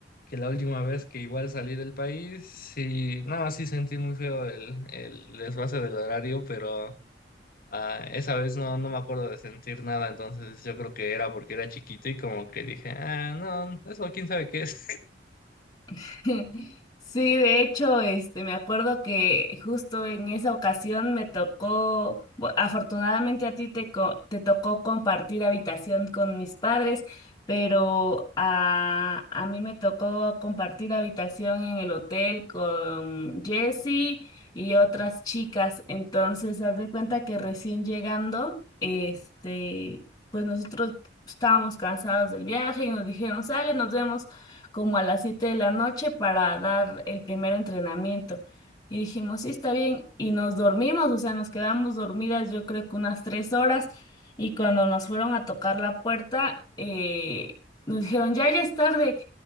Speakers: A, on the left; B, on the left.
A: que la última vez que igual salí del país, sí, no, sí sentí muy feo el, el desfase del horario, pero ah, esa vez no, no me acuerdo de sentir nada, entonces yo creo que era porque era chiquito y como que dije, ah, no, eso quién sabe qué es.
B: <laughs> Sí, de hecho, este, me acuerdo que justo en esa ocasión me tocó, bu- afortunadamente a ti te, co- te tocó compartir habitación con mis padres, pero a, a mí me tocó compartir habitación en el hotel con Jessie y otras chicas. Entonces, haz de cuenta que recién llegando, este, pues nosotros estábamos cansados del viaje y nos dijeron, sale, nos vemos como a las 7 de la noche para dar el primer entrenamiento. Y dijimos, sí, está bien. Y nos dormimos, o sea, nos quedamos dormidas yo creo que unas tres horas. Y cuando nos fueron a tocar la puerta, eh, nos dijeron, ya, ya es tarde.